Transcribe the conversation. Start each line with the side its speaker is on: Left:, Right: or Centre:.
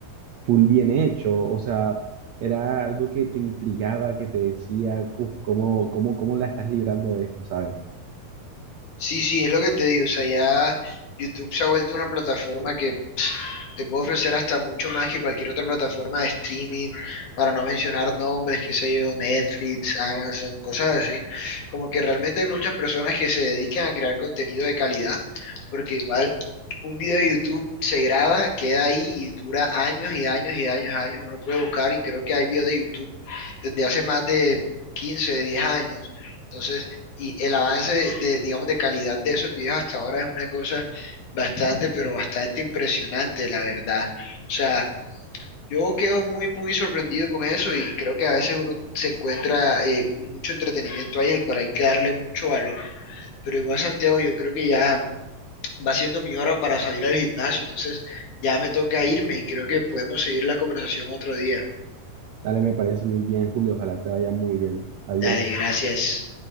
Right: full bien hecho, o sea, era algo que te intrigaba, que te decía, uff, ¿cómo, cómo, cómo la estás librando de esto, ¿sabes?
Left: Sí, sí, es lo que te digo. O sea, ya YouTube se ha vuelto una plataforma que te puede ofrecer hasta mucho más que cualquier otra plataforma de streaming, para no mencionar nombres, qué sé yo, Netflix, Amazon, cosas así. Como que realmente hay muchas personas que se dedican a crear contenido de calidad, porque igual un video de YouTube se graba, queda ahí y dura años y años y años, años. Uno puede buscar y creo que hay videos de YouTube desde hace más de 15, 10 años. Entonces, y el avance de, de, digamos, de calidad de esos videos hasta ahora es una cosa Bastante, pero bastante impresionante, la verdad. O sea, yo quedo muy, muy sorprendido con eso y creo que a veces uno se encuentra eh, mucho entretenimiento ahí, el cual hay que darle mucho valor. Pero igual, Santiago, yo creo que ya va siendo mi hora para salir al gimnasio, entonces ya me toca irme y creo que podemos seguir la conversación otro día.
Right: Dale, me parece muy bien, Julio, ojalá te vaya muy bien. Adiós.
Left: Dale, gracias.